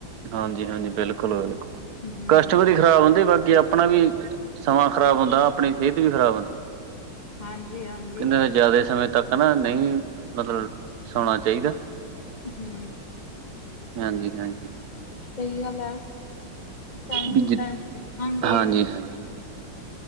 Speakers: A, on the right; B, on the left.
A: ਹਾਂਜੀ-ਹਾਂਜੀ, ਬਿਲਕੁਲ-ਬਿਲਕੁਲ,
B: ਹਮ
A: ਕਸਟਮਰ ਈ ਖਰਾਬ ਹੁੰਦੇ ਬਾਕੀ ਅ ਆਪਣਾ ਵੀ, ਸਮਾਂ ਖ਼ਰਾਬ ਹੁੰਦਾ ਆਪਣੀ ਸੇਤ ਵੀ ਖਰਾਬ ਹੁੰਦੀ
B: ਹਾਂਜੀ-ਹਾਂਜੀ।
A: ਅਣੇ ਜਾਦੇ ਸਮੇ ਤੱਕ ਨਾ ਨਈ, ਮਤਲਬ ਸੌਣਾ ਚਾਈਦਾ
B: ਹੂੰ
A: ਹਾਂਜੀ-ਹਾਂਜੀ।
B: ਸਹੀ ਗੱਲ ਐ, ਟਾਮ
A: ਵੀ
B: ਟੂ ਟਾਮ ਉੱਠਾਂਗੇ।
A: ਹਾਂਜੀ ਹਾਂਜੀ